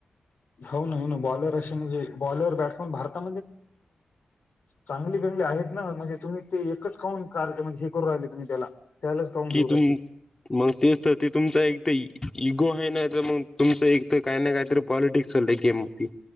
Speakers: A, on the left (about 60°); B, on the left (about 20°).
A: हो ना हो ना बॉलर बर बौलम भारता चगेलीणे त एकच काून कार म्ह हे करू राहिले तुम्ही त्याला त्यालाच काऊन
B: कि
A: घेऊ राहिले.
B: तुम मग तेच ते तुमचा एक तर इगो आहे नाही तर मग तुमचं एक तर काय ना काहीतरी पॉलिटिक्स चालय गेम म